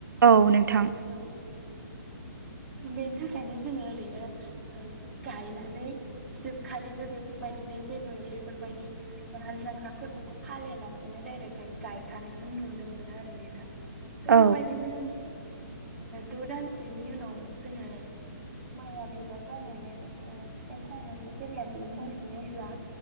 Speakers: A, on the right (about 75°); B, in the centre.
A: औ नोंथां
B: औ बेनि थाखायनो जोङो ओरैनो गायनानै जोबखालिबो बेफोरबायदिनो जेबो बेफोरबायदि हाल जांख्रा फोरबोखौ फालियालासेनो डायरेक्टहाय गायखानायखौ नुनो मोनो आरो नोंथां बेफोरबायदिनो
A: औ
B: द' दानसेनि उनाव जोङो माइआ बिबार बायनानै फिथाइ थायनानै जेब्ला बे मोनहैयो अब्ला